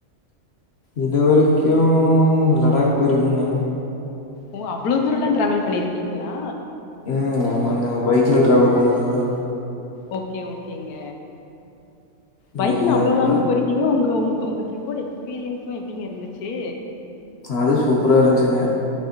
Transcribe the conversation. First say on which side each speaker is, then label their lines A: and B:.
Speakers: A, on the left; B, on the left.
A: இதுவரைக்யு லடாக் போய்ருக்குங்க
B: ஓ அவ்ளோ தூரல்லா டாராவல் பண்ணிர்க்கீங்ளா
A: ம் ஆமாங்க அத பைக்ல ட்ராவல் பண்ணுதுது
B: ஓகே ஓகேங்க பைக்ல
A: சேரிங்க
B: அவ்ளோ
A: அப்புற
B: லாங் போறீக் இம்மா உங்க உங்க்கு உங்க ட்ரிப்போட எக்ஸ்பீரியன்ஸு எப்டிங்க இருந்துச்சு
A: அது சூப்பரா இருந்ச்சுங்க